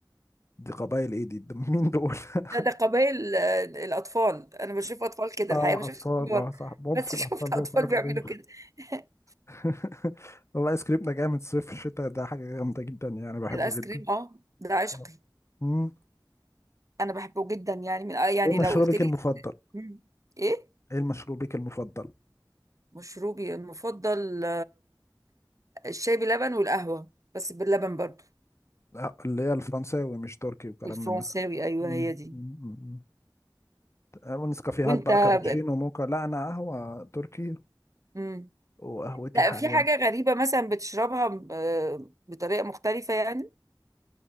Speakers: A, on the left; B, on the right.
A: دي قبائل ايه دي, <laughs> دي مين دول <laughs>
B: ده ده قبائل آه، الاطفال انا بشوف اطفال كده
A: اه
B: الحقيقة ما شفتش
A: اطفال
B: كبار
A: اه صح ممكن
B: بس <laughs> شفت
A: الاطفال
B: اطفال
A: لهم حاجات
B: بيعملوا
A: غريبة
B: كده <laughs>
A: <laughs> والله ايس كريم ده جامد صيف الشتاء ده حاجة جامدة جدا يعني بحبه
B: الايس
A: جدا
B: كريم اه ده عشقي
A: آه. مم.
B: انا بحبه جدا يعني من آه، يعني
A: ايه مشروبك
B: لو قلت لي
A: المفضل
B: مم. ايه
A: ايه مشروبك المفضل
B: مشروبي المفضل الشاي بلبن والقهوة بس باللبن برضو
A: لا، اللي هي الفرنساوي مش تركي وكلام
B: والفرنساوي
A: من ده
B: أيوه
A: مم.
B: هي دي
A: مم. مم. آه، ونسكافيهات
B: وأنت
A: بقى كابتشينو
B: ب...
A: موكا لا انا قهوة تركي
B: مم.
A: وقهوتي
B: لا
A: حاليا
B: في حاجة غريبة مثلا بتشربها آه، بطريقة مختلفة يعني